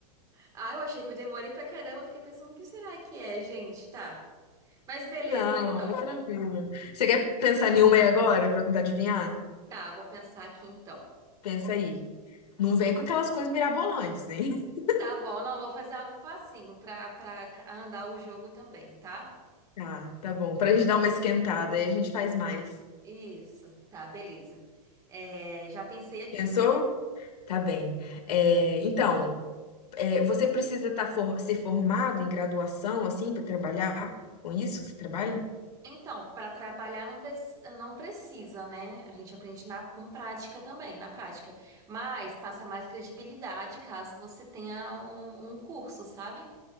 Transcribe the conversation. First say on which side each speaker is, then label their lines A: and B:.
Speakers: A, on the right; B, on the left.
A: Ah, eu achei que eu demorei pra caramba. eu Fiquei pensando, o que será que é, gente? Tá. Mas beleza,
B: Não,
A: então.
B: é tranquilo. Você quer pensar em uma aí agora pra eu tentar adivinhar?
A: Tá, vou pensar aqui então.
B: Pensa aí. Não vem com aquelas coisas mirabolantes, hein? <laughs>
A: Tá bom, não, vou fazer algo facinho pra, pra andar o jogo também, tá?
B: Tá, tá bom. Pra gente dar uma esquentada, aí a gente faz mais.
A: Isso, tá, beleza. É, já pensei aqui.
B: Pensou? Tá bem. É, então. É, Você precisa tá for- ser formado em graduação, assim, para trabalhar com isso que você trabalha?
A: Então, para trabalhar não, preci- não precisa, né? A gente aprende na- com prática também, na prática. Mas passa mais credibilidade caso você tenha um, um curso, sabe?